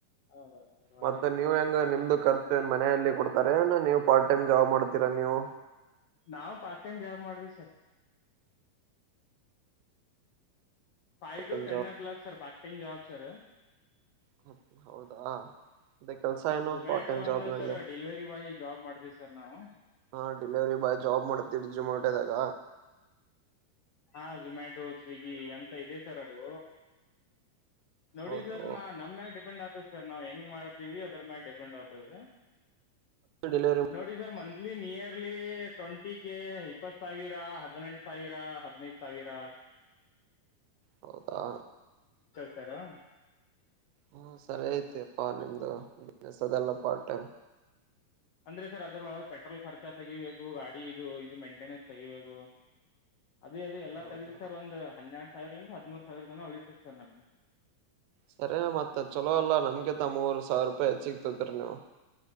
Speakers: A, on the left; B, on the right.
A: ಹೌದೌದು ಸರ್ ಒಳ್ಳೇದು
B: ಮತ್ತ ನೀವ್
A: ಸರ್
B: ಹೆಂಗ ನಿಮ್ದು ಖರ್ಚುನ್ ಮನೆಯಲ್ಲಿ ಕೊಡ್ತಾರೆ ನೀವು ಪಾರ್ಟ್ ಟೈಮ್ ಜಾಬ್ ಮಾಡ್ತೀರಾ ನೀವು
A: ನಾವ್ ಪಾರ್ಟ್ ಟೈಮ್ ಜಾಬ್ ಮಾಡ್ದ್ವಿ sir. Five
B: part
A: two
B: time
A: ten
B: job
A: o'clock sir part time job sir.
B: ಹ್ಮ ಹೌದಾ ಅದೇ ಕೆಲ್ಸ ಏನು
A: ಝೊಮ್ಯಾಟೊ
B: ಪಾರ್ಟ್ ಟೈಮ್ ಜಾಬ್
A: ಅಂದ್ರ
B: ನಲ್ಲಿ
A: ಸರ ಡೆಲಿವರಿ ಬಾಯಿ ಜಾಬ್ ಮಾಡಿದ್ವಿ ಸರ್ ನಾವು.
B: ಹಾ ಡೆಲಿವರಿ ಬಾಯ್ ಜಾಬ್ ಮಾಡಾತಿರೀ ಝೊಮ್ಯಾಟೋದಾಗ.
A: ಹಾ ಝೊಮ್ಯಾಟೊ, ಸ್ವಿಗ್ಗಿ ಎಂತ ಇದೆ ಸರ್ ಅದು ನೋಡಿ
B: ಹೌದು
A: ಸರ್ ನಾ ನಮ್ಮ್ಯಾಗ ಡಿಪೆಂಡ್ ಆಗ್ ಸರ್ ನಾವು ಹೆಂಗ್ ಮಾಡ್ತೀವಿ ಅದ್ರ ಮ್ಯಾಗ್ ಡಿಪೆಂಡ್ ಆಗ್ತದೆ.
B: ಡೆಲಿವರಿ
A: ನೋಡಿ sir monthly nearly twenty K ಇಪ್ಪತ್ ಸಾವಿರ ಹದ್ನೆಂಟು ಸಾವಿರ ಹದ್ನೈದು ಸಾವಿರ
B: ಹೌದಾ.
A: ತಾರೊ
B: ಹ್ಮ ಸರಿ ಐತಿ ಅಪ್ಪಾ ನಿಮ್ದು ಬಿಸ್ನೆಸ್ ಅದೆಲ್ಲ ಪಾರ್ಟ್ ಟೈಮ್.
A: ಅಂದ್ರೆ ಸರ್ ಅದರ ಒಳ ಪೆಟ್ರೋಲ್ ಖರ್ಚಾ ತೆಗಿಬೇಕು ಗಾಡಿ ಇದು ಇದು ಮೇಂಟೆನೆನ್ಸ್ ತೆಗಿಬೇಕು. ಅದೇ ಅದು ಎಲ್ಲ
B: ಹೌದಾ
A: ತಗದಿ ಸರ್ ಒಂದ್ ಹನ್ನೆರಡು ಸಾವಿರ್ಲಿಂದ ಹದ್ಮೂರ್ ಸಾವಿರ ತನ ಉಳಿತ ಸರ್ ನಮ್ಗ್.
B: ಸರಿ ಮತ್ತ ಚುಲೋ ಅಲ್ಲಾ ನಮ್ಗಿಂತ ಮೂರು ಸಾವಿರ ರೂಪಾಯಿ ಹೆಚ್ಚಿಗಿತಗೋತಿರಿ ನೀವು.